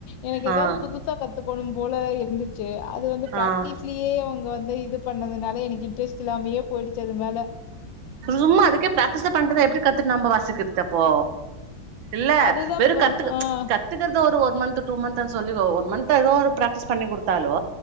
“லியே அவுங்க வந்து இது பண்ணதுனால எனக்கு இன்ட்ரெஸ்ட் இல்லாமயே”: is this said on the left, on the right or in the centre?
Left